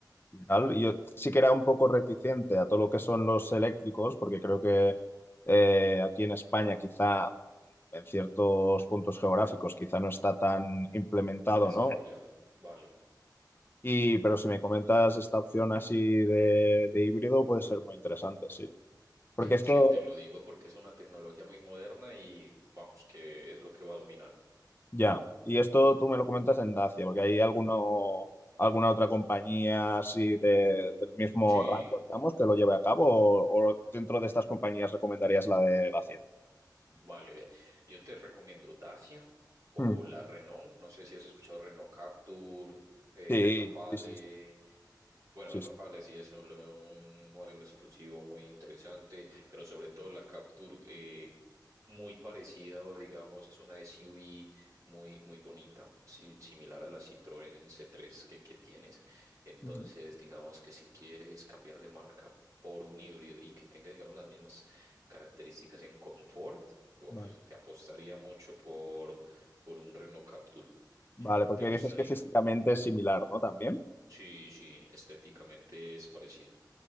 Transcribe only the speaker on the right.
Desarrollado.
Vale.
Sí, te lo digo porque es una tecnología muy moderna y vamos, que es lo que va a dominar.
Sí,
vale. vea. Yo te recomiendo Dacia o
la Renault. No sé si has escuchado Renault Captur, eh,
Rafale.
Bueno,
el Rafale
sí es un un modelo exclusivo muy interesante, pero sobre todo la Capture eh, muy parecida, o digamos, es una SUV muy, muy bonita, sí, similar a la Citroën c tres que, que tienes. Entonces,
digamos que si quieres cambiar de marca por un híbrido y que tenga, digamos, las mismas características en confort, uf,
te apostaría mucho por, por un Renault Capture.
¿Te gustaría?
Sí, sí, estéticamente es parecido.